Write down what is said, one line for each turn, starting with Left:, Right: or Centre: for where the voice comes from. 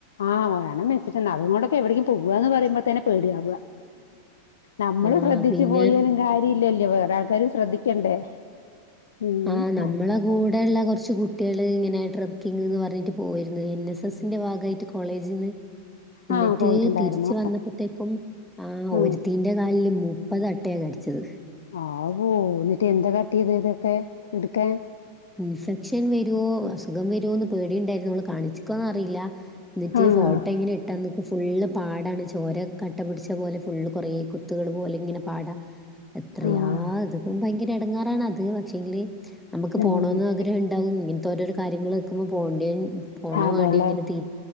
Left: ആഹ് വാണംന്നെച്ചിട്ടെന്നെ അത്ങ്ങോണ്ടൊക്കെ എവിടേക്കും പോവാന്ന് പറയുമ്പോത്തന്നെ പേടിയാവ. നമ്മള്
Centre: ആ
Left: ശ്രദ്ധിച്ചു
Centre: പിന്നെ
Left: പോയാലും കാര്യ ഇല്ലല്ലോ വേറെ ആൾക്കാരും ശ്രദ്ധിക്കണ്ടേ ഉം
Centre: ആഹ് നമ്മളെ
Left: അങ്ങനെയൊക്കെ
Centre: കൂടെയുള്ള
Left: ആയിട്ട്
Centre: കുറച്ച് കു ട്ടിയേള് ഇങ്ങനെ ട്രക്കിങ്ങ് ന്ന് പറഞ്ഞിട്ട് പോവാര്ന്നു എൻ എസ് എസിന്റെ ഭാഗായിട്ട് കോളേജി ന്ന്. എന്നിട്ട്
Left: ആഹ് പോയിട്ടുണ്ടായിരുന്നു
Centre: തിരിച്ച് വന്നപ്പോത്തേക്കും ആഹ്
Left: ഉം
Centre: ഒരു തീ ന്റെ കാലില് മുപ്പത് അട്ടയാ കടിച്ചത്.
Left: ആവോ ന്നിട്ട് എന്താ കാട്ടിയത് ഇതിനൊക്കെ ഇട്ക്കാൻ.
Centre: ഇൻഫെക്ഷൻ വരുവോ അസുഖം വരോന്ന് പേടിയ്ണ്ടായിരുന്നു ഇവള് കാണിച്ച്ക്കോന്ന് അറിയില്ല. ന്നിട്ട്
Left: ആഹ്
Centre: ഫോട്ടോ ങ്ങനെട്ട്. ട്ടെന്ന്ക്ക്‌ ഫുള് പാടാണ് ചോര കട്ട പിടിച്ച പോലെ ഫുള് കുറേ കുത്തുകൾ പോലെ ഇങ്ങനെ പാടാ എത്രയാ
Left: ആഹ്
Centre: ഇത്ക്ക് ഭയങ്കര ഇടങ്ങാറാണ് അത് പക്ഷെങ്കില്. നമുക്ക് പോണോന്ന്
Left: ഉം
Centre: ആഗ്രഹം ഇണ്ടാകും ഇങ്ങനത്തെ ഓരോ കാര്യങ്ങൾ കേക്കുമ്പോ പോണ്ടേൻ പോണാ
Left: അതെല്ലേ
Centre: വാ ണ്ടേ ഇങ്ങനെ തീ